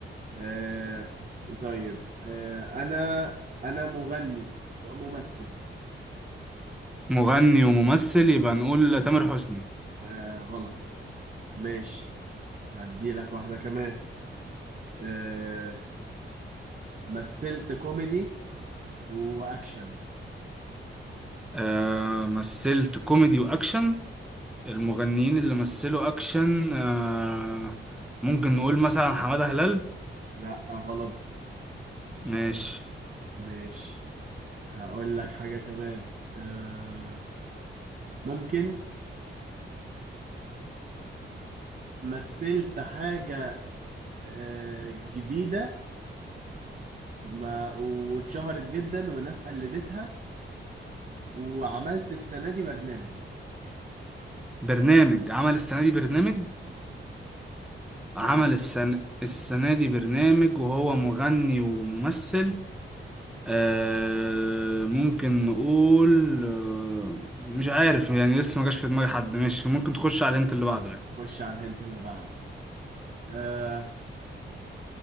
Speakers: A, on the right; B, in the centre.
A: آه طيب آه انا انا مغني وممثل
B: مغني وممثل يبقى نقول تامر حسني
A: آه غلط ماشي هدي لك واحدة كمان آه مثلت كوميدي واكشن
B: آه مثلت كوميدي واكشن المغنيين اللي مثلوا اكشن آه ممكن نقول مثلا حمادة هلال
A: لا غلط
B: ماشي
A: ماشي هقول لك حاجة كمان آه ممكن مثلت حاجة آه جديدة ما واتشهرت جدا وناس قلدتها وعملت السنة دي برنامج
B: برنامج عمل السنة دي برنامج
A: آه،
B: عمل
A: سهل
B: السنة السنة دي برنامج وهو مغني وممثل آه ممكن نقول آه مش عارف يعني لسه ما جاش في دماغي حد ماشي ممكن تخش على الهنت اللي بعده يعني
A: خش على الهنت اللي بعده آه